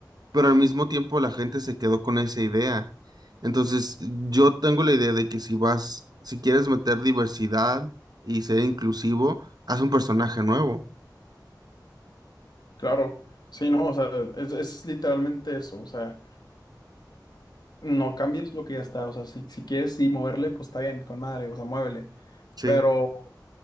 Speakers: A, on the right; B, on the left.
A: pero al mismo tiempo la gente se quedó con esa idea. Entonces, yo tengo la idea de que si vas, si quieres meter diversidad y ser inclusivo, haz un personaje nuevo.
B: claro, sí, no, o sea, es, es literalmente eso, o sea, no cambies lo que ya está, o sea, si, si quieres sí moverle, pues está bien, con madre, o sea, muévele,
A: Sí,
B: pero